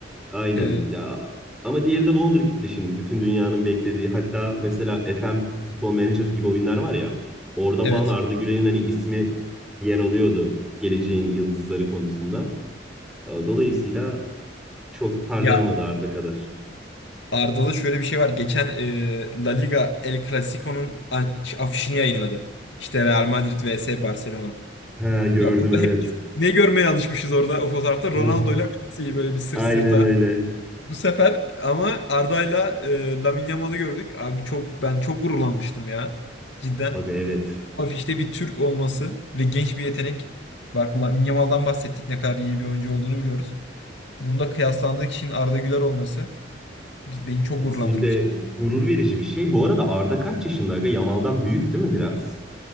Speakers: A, in the centre; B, on the left.
A: Aynen
B: E,
A: ya. Ama diğeri de Wonderkid'ti şimdi. Bütün dünyanın beklediği. Hatta mesela FM Football Manager gibi oyunlar var ya. Orada
B: evet.
A: falan Arda Güler'in hani ismi yer alıyordu geleceğin yıldızları konusunda. E, Dolayısıyla çok parlayamadı
B: Ya
A: Arda kadar.
B: Arda'da şöyle bir şey var. Geçen e, La Liga El Clasico'nun an- afişini yayınladı. İşte Real Madrid vs Barcelona.
A: Ha gördüm
B: Ya orada
A: evet.
B: hep biz ne görmeye alışmışız orada o fotoğrafta
A: <laughs>
B: Ronaldo
A: Rrr,
B: ile Messi'yi böyle bir sırt
A: Aynen
B: sırta.
A: öyle.
B: Bu sefer ama Arda'yla e, Lamine Yamal'ı gördük. Abi çok ben çok gururlanmıştım ya. Cidden.
A: Aga evet.
B: afişte bir Türk olması ve genç bir yetenek. Bak Lamine Yamal'dan bahsettik ne kadar iyi bir oyuncu olduğunu biliyoruz. Bunda kıyaslandığı kişinin Arda Güler olması biz- beni çok
A: Kesinlikle
B: gururlandırmıştı.
A: gurur verici bir şey. Bu arada Arda kaç yaşında aga? Yamal'dan büyük değil mi biraz?